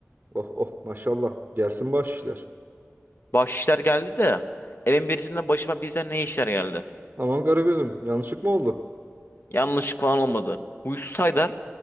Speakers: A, on the right (about 35°); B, on the left (about 45°).
A: Oh oh maşallah. Gelsin baş işler.
B: Bahşişler geldi de evin birisinden başıma birden ne işler geldi.
A: Aman Karagöz'üm yanlışlık mı oldu?
B: Yanlışlık falan olmadı. Huysuz Haydar